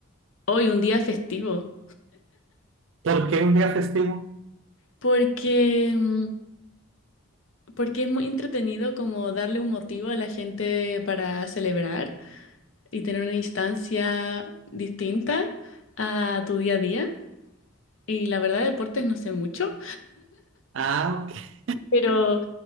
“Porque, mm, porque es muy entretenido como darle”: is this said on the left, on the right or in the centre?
Left